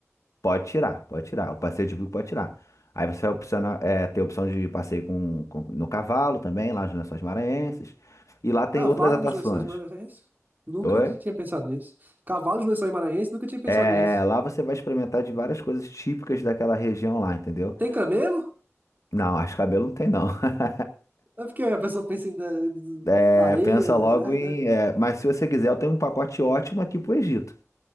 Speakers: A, on the left; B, on the right.
A: Pode tirar, pode tirar. O passeio de bug pode tirar. Aí você vai opcionar, é, ter a opção de passeio com, com- no cavalo também, lá nas Lençóis Maranhenses. E lá tem
B: Cavalo
A: outras atrações.
B: nos Lençóis Maranhenses? Nunca
A: Oi?
B: t- tinha pensado nisso. Cavalo nos Lençóis Maranhenses? Nunca tinha pensado
A: É,
B: nisso.
A: lá você vai experimentar de várias coisas típicas daquela região lá, entendeu?
B: Tem camelo?
A: Não, acho que cabelo não tem não. <laughs>
B: É porque a pessoa pensa em de- de-
A: É,
B: areia,
A: pensa
B: deserto.
A: logo em.
B: né?
A: é, mas se você quiser, eu tenho um pacote ótimo aqui pro Egito.